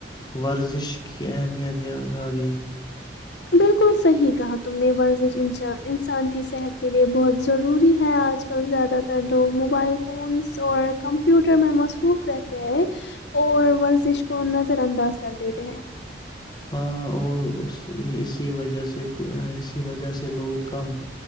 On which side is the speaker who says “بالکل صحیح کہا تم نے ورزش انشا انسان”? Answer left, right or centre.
Left